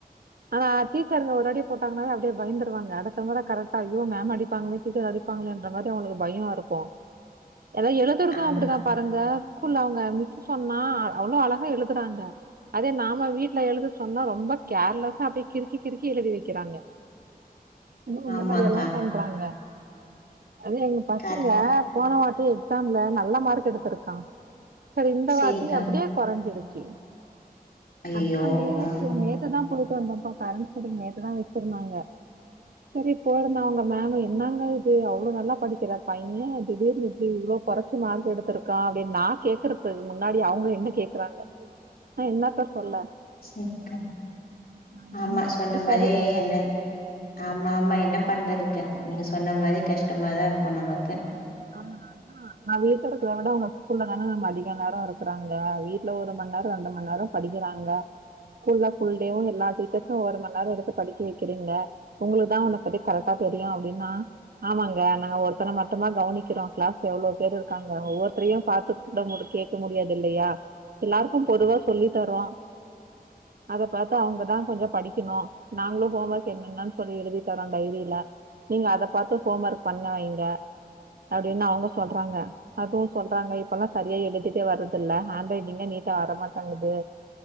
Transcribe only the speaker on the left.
ஆம்
ஆமாக்கா
கரெக்ட்
சேரிக்கா
ஐயையோ
ஆ
செரிக்கா.
ஆமா
சொன்ன
மாரி
என்ன ஆமா ஆமா என்ன பண்றதுக்கு. நீங்க சொன்ன மாரி கஷ்டமாதா இருக்கும் நமக்கு.